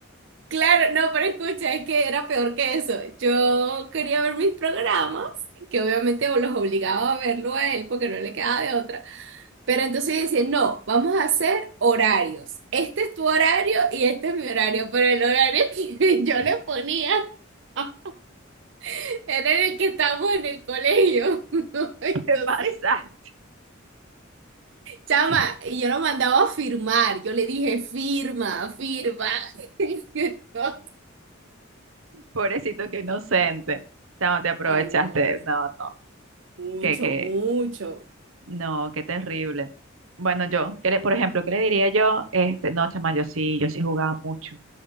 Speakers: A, on the right; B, on the right.
A: Claro, no, pero escucha, es que era peor que eso. Yo quería ver mis programas, que obviamente los obligaba a verlo a él porque no le quedaba de otra. Pero entonces dice, no, vamos a hacer horarios. Este es tu horario y este es mi horario, pero el horario que <laughs> yo
B: <laughs>
A: le ponía <laughs> era en el que estábamos en el colegio. <laughs> Entonces,
B: Te pasaste.
A: chama,
B: <laughs>
A: y yo lo mandaba a firmar. Yo le dije, firma, firma. <laughs>
B: Pobrecito, qué inocente. O sea, no te aprovechaste.
A: Ay, no,
B: No, no.
A: mucho,
B: Que, Que,
A: mucho.
B: No, qué terrible. Bueno, yo, ¿qué le- por ejemplo, ¿qué le diría yo? Este, no, chama, yo sí, yo sí jugaba mucho.